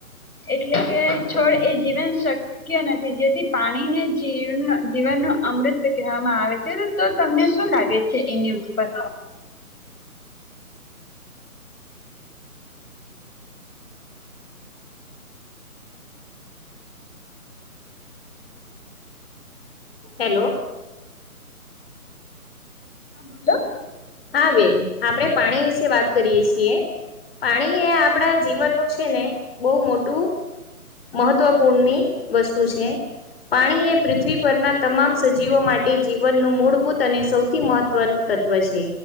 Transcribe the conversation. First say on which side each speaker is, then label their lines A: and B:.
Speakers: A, on the left; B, on the left.
A: એટલે કે છોડ એ જીવન શક્તિ શક્ય નથી જેથી પાણીને જીવ જીવન ન અમૃત કેવામાં આવે છે તો તમને શું લાગે છે એની ઉપર
B: હેલ્લો
A: હા બોલો
B: હા બેન આપણે પાણી વિશે વાત કરીએ છીએ પાણી એ આપણા જીવનનું છે ને બહુ મોટું મહત્વપૂર્ણની વસ્તુ છે પાણી એ પૃથ્વી પરના તમામ સજીવો માટે જીવનનું મૂળભૂત અને સૌથી મહત્વનું તત્વ છે